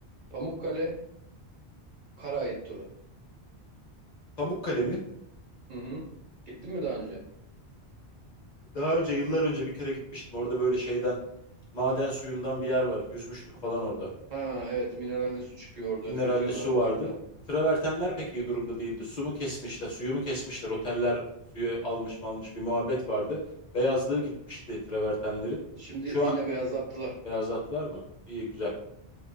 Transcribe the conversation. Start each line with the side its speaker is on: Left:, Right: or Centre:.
Right: Pamukkale Karaait turu.
Left: Pamukkale mi?
Right: Hı hı. Gittin mi daha önce?
Left: Daha önce yıllar önce bir kere gitmiştim. Orada böyle şeyden maden suyundan bir yer var. Yüzmüştük falan orada.
Right: Ha evet mineralli su çıkıyor orada
Left: Mineralli
Right: yüzüyorlar
Left: su
Right: falan
Left: vardı.
Right: filan.
Left: Travertenler pek iyi durumda değildi. Su mu kesmişler, suyu mu kesmişler? Oteller suyu almış mı almış bir muhabbet vardı. Beyazlığı gitmişti travertenlerin.
Right: Şimdi
Left: Şu
Right: yine
Left: an
Right: beyazlattılar.
Left: beyazlattılar mı? İyi güzel.